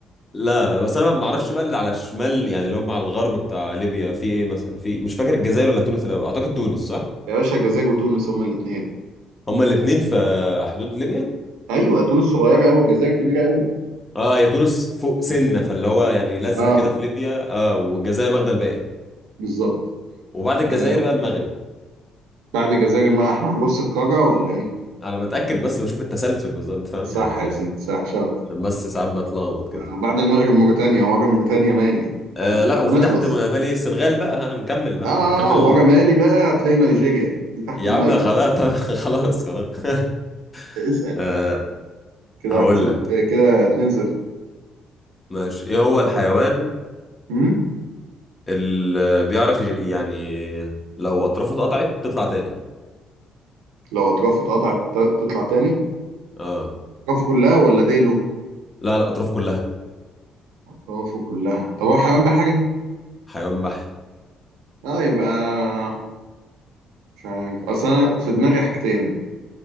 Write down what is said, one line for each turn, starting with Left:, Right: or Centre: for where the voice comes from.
Left: لا لا بس انا ما اعرفش بقى اللي على الشمال يعني اللي هم على الغرب بتاع ليبيا في ايه مثلا في مش فاكر الجزائر ولا تونس الاول اعتقد تونس صح
Right: يا باشا الجزائر وتونس هما الاثنين
Left: هما الاثنين في حدود ليبيا
Right: ايوه تونس صغيره قوي الجزائر كبيره قوي
Left: اه هي تونس فوق سنه فاللي هو يعني لزقه
Right: اه
Left: كده في ليبيا اه والجزائر واخده الباقي
Right: بالظبط
Left: وبعد الجزائر
Right: آه.
Left: بقى المغرب
Right: بعد الجزائر ما احنا هنرص القاره ولا ايه
Left: انا بتاكد بس بشوف التسلسل بالظبط انت فاهم
Right: صح
Left: يعني
Right: يا سيدي صح شاطر
Left: عشان بس ساعات بتلخبط كده
Right: آه. بعد المغرب موريتانيا ورا موريتانيا مالي
Left: آه
Right: احنا
Left: لا
Right: مش
Left: وفي
Right: هنخلص
Left: تحت م- مالي السنغال بقى ها نكمل بقى
Right: اه
Left: نكمل
Right: آه، ورا مالي بقى هتلاقي نيجيريا دي تحت
Left: يا
Right: النيجر
Left: عم خلاص <laughs> خلاص خلاص <laughs>
Right: اسأل
Left: آه
Right: كده
Left: هقول
Right: واحد صفر
Left: لك
Right: آه، كده اتنين صفر
Left: ماشي ايه هو الحيوان
Right: مم؟
Left: اللي بيعرف يج- يعني لو اطرافه اتقطعت تطلع تاني
Right: لو اطرافه اتقطعت ت- تطلع تاني
Left: اه
Right: اطرافه كلها ولا ديله
Left: لا لا اطرافه كلها
Right: خوفه كلها طب هو حيوان بحري؟
Left: حيوان بحر
Right: اه يبقى مش عارف اصل انا في دماغي حاجتين